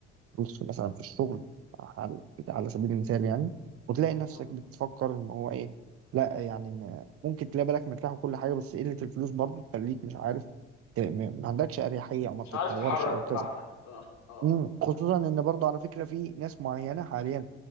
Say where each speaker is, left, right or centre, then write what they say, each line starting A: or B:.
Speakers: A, on the right (about 40°); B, on the left (about 50°).
A: الفلوس مثلا في الشغل على على سبيل المثال يعني وتلاقي نفسك
B: مم.
A: بتفكر ان هو ايه لا يعني ما- ممكن تلاقي بالك مرتاح وكل حاجه بس قله الفلوس برضو تخليك مش عارف ت- ما ما عندكش اريحيه او ما
B: مش
A: بتتطورش
B: عارف تتحرك
A: او
B: براحتك
A: كذا
B: اه اه اه
A: مم. خصوصا ان برضه على فكره في ناس معينه حاليا